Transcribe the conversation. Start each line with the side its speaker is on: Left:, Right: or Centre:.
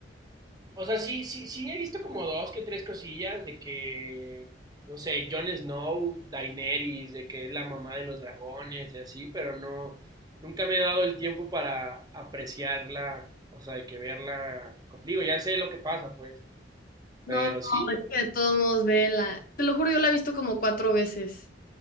Right: O sea, sí, sí, sí he visto como dos que tres cosillas de que, no sé, Jon Snow, Daenerys, de que es la mamá de los dragones y así, pero no, nunca me he dado el tiempo para apreciarla, o sea, de que verla conmigo, ya sé lo que pasa, pues,
Left: No,
Right: pero sí,
Left: es que de todos modos, vela. Te lo juro, yo la he visto como cuatro veces.